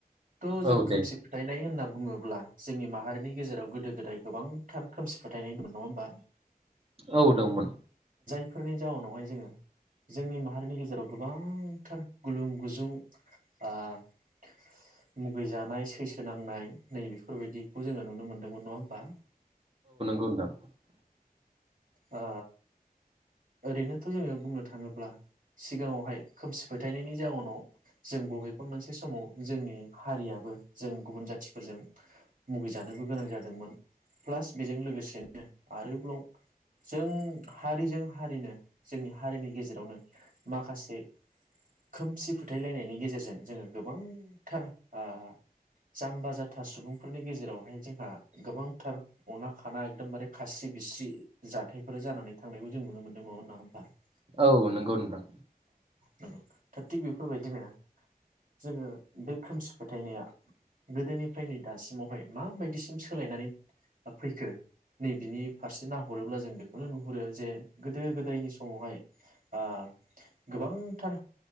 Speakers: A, on the right; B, on the right.
A: थ' जों
B: औ
A: खोमसि
B: दे
A: फोथायनाय होनना बुङोब्ला जोंनि माहारिनि गेजेराव गोदो गोदाय गोबांथार खोमसि फोथायनाय दं नङा होमबा
B: औ दंमोन
A: बेफोरनि जाउनावहाय जोङो जोंनि माहारिनि गेजेराव गोबांथार गुलुं गुजुं ओ-मुगैजानाय सैसोनांनाय नै बेफोरबायदिखौ जोङो नुनो मोन नङा होमबा?
B: <unintelligible>
A: अ ओरैनोथ' जोङो बुंनो थाङोब्ला सिगाङावहाय खोमसि फोथायनायनि जाउनाव जों बबेबा मोनसे समाव जोंनि हारियाबो जों गुबुन जाथिफोरजों मुगैजानोबो गोनां जादोंमोन प्लास बेजों लोगोसेनो आरोबाव जों हारिजों। हारिनो जोंनि हारिनि गेजेरावनो माखासे खोमसि फोथायलायनायनि गेजेरजों जोङो गोबांथार ओ-जाम्बा जाथा सुबुंफोरनि गेजेरावहाय जोंहा गोबांथार अना खाना एकदमबारे खास्रि बिस्रि जाथायफोर जानानै थांनायबो। जों नुनो मोनदों माबा ना <unintelligible>
B: औ नंगौ नोंथां
A: नंगौ दा थिग बेफोरबायदिनो जोङो बे खोमसि फोथायनाया गोदोनिफ्राय नै दासिमावहाय माबायदिसिम सोलायनानै फैखो नै बिनि फारसे नाहरोब्ला जों बेखौनो नुहुरो जे। गोदो गोदायनि समावहाय ओ-गोबांथार